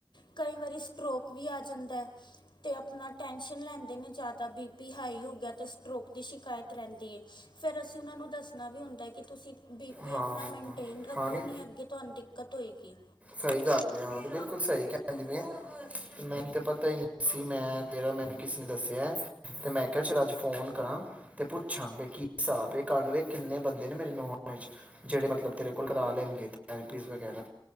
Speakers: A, on the left (about 80°); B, on the right (about 15°).
A: ਕਈ ਵਾਰੀ ਸਟਰੋਕ ਵੀ ਆ ਜਾਂਦਾ। ਤੇ, ਆਪਣਾ ਟੈਸ਼ਨ ਲੈਂਦੇ ਨੇ ਜ਼ਿਆਦਾ ਬੀ, ਪੀ ਹਾਈ ਹੋ ਗਿਆ। ਤੇ, ਸਟਰੋਕ ਦੀ ਸ਼ਿਕਾਇਤ ਰਹਿੰਦੀ ਫਿਰ ਅਸੀਂ ਉਹਨਾਂ ਨੂੰ ਦੱਸਣਾ ਵੀ ਹੁੰਦਾ। ਕਿ, ਤੁਸੀਂ ਬੀ, ਪੀ
B: ਹਾਂ
A: ਆਪਣਾ ਮਂਨਟੇਨ ਮਂਨਟੇਨ ਰੱਖੋ
B: ਹਾਂ ਨਹੀਂ
A: ਨੀ ਅੱਗੇ ਤੁਹਾਨੂੰ ਕੱਦੋ ਹੋਏਗੀ?
B: ਸਹੀ ਗੱਲ ਹਾਂ ਤੇ ਬਿਲਕੁਲ ਸਹੀ ਕਹਿ ਦੀ ਵੀ ਹੈ। ਮੈਨੂੰ ਤੇ ਪਤਾ ਹੀ ਨਹੀਂ ਸੀ। ਮੈਂ ਤੇਰਾ ਮੈਨੂੰ ਕਿਸੇ ਨੇ ਦੱਸਿਆ ਤੇ ਮੈਂ ਕਿਹਾ ਚ, ਅੱਜ ਫੋਨ ਕਰਾਂ ਤੇ ਪੁੱਛਾਂ ਬੀ ਕੀ ਹਿਸਾਬ ਹੈ? ਕਿੰਨੇ ਬੰਦੇ ਨੇ ਮੇਰੇ ਨੋਨ ਵਿੱਚ। ਜਿਹੜੇ ਮਤਲਬ ਤੇਰੇ ਕੋਲ ਘਰ ਲੈਣਗੇ ਥਰੇਪੀ ਵਗੈਰਾ